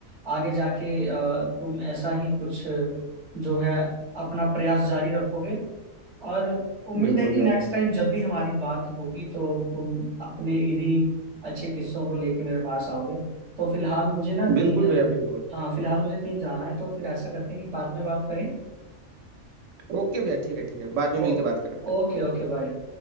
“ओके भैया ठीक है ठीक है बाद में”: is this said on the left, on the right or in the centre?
Right